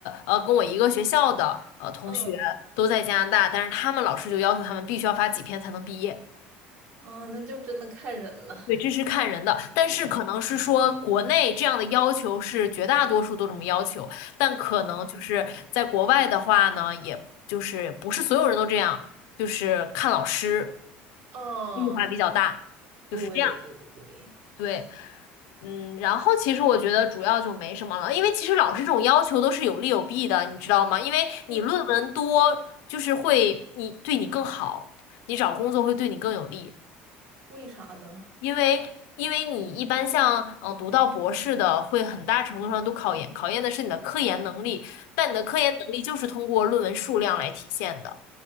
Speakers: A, on the left; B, on the right.
A: 呃，跟我一个学校的呃同学都在加拿大，
B: 嗯，
A: 但是他们老师就要求他们必须要发几篇才能毕业。
B: 啊，那就真的看人了，
A: 对，这是看人的，但是可能是说国内这样的要求是绝大多数都这么要求，
B: 嗯，
A: 但可能就是在国外的话呢，
B: 哦
A: 也就是不是所有人都这样，就是看老师
B: 哦，
A: 变化比较大，就是这样。
B: 对对对，
A: 对。嗯，然后其实我觉得主要就没什么了，因为其实老师这种要求都是有利有弊的，你知道吗？因为你论文多，
B: 嗯，
A: 就是会你对你更好，你找工作会对你更有利，
B: 为啥呢？
A: 因为因为你一般像嗯、呃读到博士的，会很大程度上都考研考验的是你的科研能力，但你的科研能力就是通过论文数量来体现的，